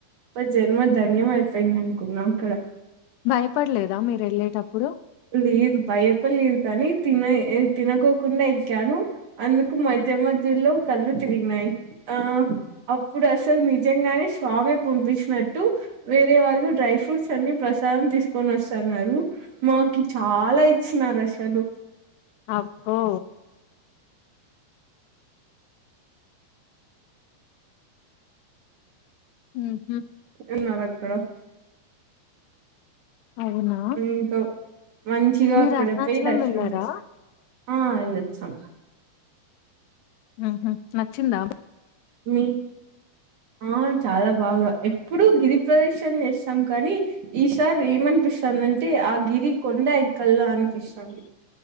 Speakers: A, on the right; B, on the left.
A: జన్మ ధన్యం అయిపోయింది అనుకున్నాం అక్కడ
B: భయపడలేదా మీరు వెళ్ళేటప్పుడు
A: లేదు భయప లేదు కానీ తిన తినకోకుండా ఎగాను అందుకు మధ్య మధ్యలో కళ్ళు తిరిగినాయి ఆ అప్పుడు అసలు నిజంగానే స్వామి పంపించినట్ టు వేరే వాళ్ళు డ్రై ఫ్రూట్స్ అన్ని ప్రసాదం తీసుకొని వస్తున్నారు నాకు మాకి చాలా ఇచ్చన్నారు అసలు
B: అహో ఉహు
A: ఏన్నారు అక్కడ
B: అవునా
A: ఇంకా మంచిగా
B: మీరు
A: అక్కడ
B: అరుణాచలం
A: పోయి దర్శనం
B: వెళ్ళారా?
A: చేసుకో ఆ ఎల్లోచ్చాం
B: ఆహా నచ్చిందా బా
A: మీ ఆ చాలా బాగా ఎప్పుడు గిరి ప్రదక్షణ చేస్తాం కానీ ఈసారి ఏమనిపిస్తుందింటే ఆ గిరి కొండ ఎక్కలా అనిపిస్తుంది